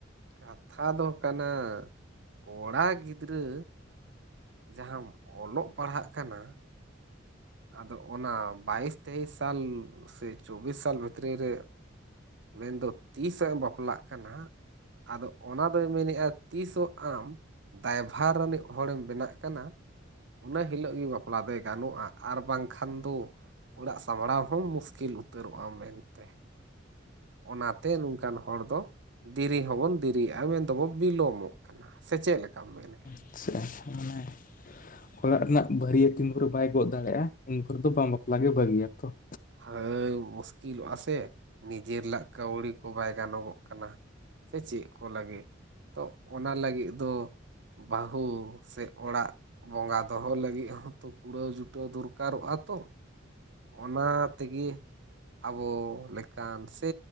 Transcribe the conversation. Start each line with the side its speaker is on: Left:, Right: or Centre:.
Right: ᱠᱟᱛᱷᱟ ᱫᱚ ᱠᱟᱱᱟ ᱠᱚᱲᱟ ᱜᱤᱫᱽᱨᱟᱹᱼᱼ ᱡᱟᱦᱟᱸᱢ ᱚᱞᱚᱜ ᱯᱟᱲᱦᱟᱜ ᱠᱟᱱᱟ ᱟᱫᱚ ᱚᱱᱟ ᱵᱟᱭᱤᱥ ᱛᱮᱭᱤᱥ ᱥᱟᱞ ᱥᱮ ᱪᱚᱵᱵᱤᱥ ᱥᱟᱞ ᱵᱷᱤᱛᱨᱤ ᱨᱮ ᱢᱮᱱᱫᱚ ᱛᱤᱥᱮᱢ ᱵᱟᱯᱞᱟᱜ ᱠᱟᱱᱟ ᱟᱫᱚ ᱚᱱᱟ ᱫᱚᱭ ᱢᱮᱱᱮᱫᱼᱟ ᱛᱤᱥᱚᱜ ᱟᱢ ᱫᱟᱭᱵᱷᱟᱨ ᱨᱤᱱᱤᱡ ᱦᱚᱲᱮᱢ ᱵᱮᱱᱟᱜ ᱠᱟᱱᱟ ᱚᱱᱟ ᱦᱤᱞᱳᱜ ᱜᱮ ᱵᱟᱯᱞᱟ ᱫᱚᱭ ᱜᱟᱱᱚᱜᱼᱟ ᱾ ᱟᱨ ᱵᱟᱝᱠᱷᱟᱱ ᱫᱚ ᱚᱲᱟᱜ ᱥᱟᱢᱲᱟᱣ ᱦᱚᱸ ᱢᱩᱥᱠᱤᱞ ᱩᱛᱟᱹᱨᱚᱜᱼᱟ ᱢᱮᱱᱛᱮ ᱾ ᱚᱱᱟᱛᱮ ᱱᱚᱝᱠᱟᱱ ᱦᱚᱲ ᱫᱚ ᱫᱮᱨᱤ ᱦᱚᱸᱵᱚᱱ ᱫᱮᱨᱤᱜᱼᱟ ᱢᱮᱱ ᱫᱚᱵᱚ ᱵᱤᱞᱚᱢᱚᱜ ᱠᱟᱱᱟ ᱾ ᱥᱮ ᱪᱮᱫ ᱞᱮᱠᱟᱢ ᱢᱮᱱᱮᱫᱼᱟ?
Left: ᱟᱪᱪᱷᱟ ᱢᱟᱱᱮ ᱚᱲᱟᱜ ᱨᱮᱱᱟᱜ ᱵᱷᱟᱹᱨᱭᱟᱹᱛᱤᱱ ᱵᱷᱳᱨ ᱵᱟᱭ ᱜᱚᱜ ᱫᱟᱲᱮᱭᱟᱜᱼᱟ ᱤᱱ ᱵᱷᱳᱨ ᱫᱚ ᱵᱟᱝ ᱵᱟᱯᱞᱟᱜ ᱜᱮ ᱵᱷᱟᱹᱜᱤᱭᱟ ᱛᱚ ᱾
Right: ᱦᱟᱹᱭ ᱢᱩᱥᱠᱤᱞᱚᱜᱼᱟ ᱥᱮ ᱱᱤᱡᱮᱨᱟᱜ ᱠᱟᱹᱣᱰᱤ ᱠᱚ ᱵᱟᱭ ᱜᱟᱱᱚᱜᱚᱜ ᱠᱟᱱᱟ ᱾ ᱥᱮ ᱪᱮᱫ ᱠᱚ ᱞᱟᱹᱜᱤᱫ ᱛᱚ ᱚᱱᱟ ᱞᱟᱹᱜᱤᱫ ᱫᱚ ᱵᱟᱹᱦᱩ ᱥᱮ ᱚᱲᱟᱜ ᱵᱚᱸᱜᱟ ᱫᱚᱦᱚ ᱞᱟᱹᱜᱤᱫ ᱦᱚᱸᱛᱚ ᱠᱩᱲᱟᱹᱣ ᱡᱩᱴᱟᱹᱣ ᱫᱚᱨᱠᱟᱨᱚᱜᱼᱟ ᱛᱚ ᱾ ᱚᱱᱟ ᱛᱤᱜᱮ ᱟᱵᱚᱻ ᱞᱮᱠᱟᱱ ᱥᱮᱻ